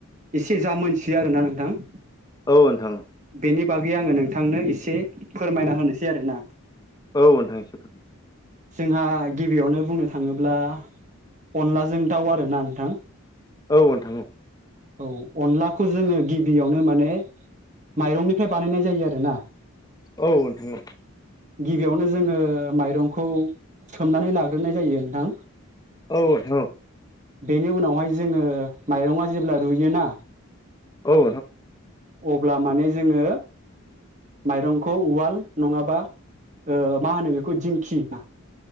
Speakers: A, on the right; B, on the left.
A: एसे जा मोनथियो आरोना नोंथां
B: औ नोंथां
A: बेनि बागै आङो नोंथांनो एसे फोरमायना होनोसै आरोना
B: औ नोंथां एसे फोर
A: जोंहा गिबियावनो बुंनो थाङोब्ला अनलाजों दाउ आरोना नोंथां
B: औ नोंथां
A: औ अनलाखौ जोङो गिबियावनो माने माइरंनिफ्राय बानायनाय जायो आरोना
B: औ नोंथां
A: गिबियावनो जोङो माइरं सोमनानै लाग्रोनाय जायो नोंथां
B: औथ'
A: बेनि उनावहाय जोङो माइरंआ जेब्ला रुयोना
B: औ
A: अब्ला माने जोङो माइरंखौ उवाल नङाबा मा होनो बेखौ दिंखि ना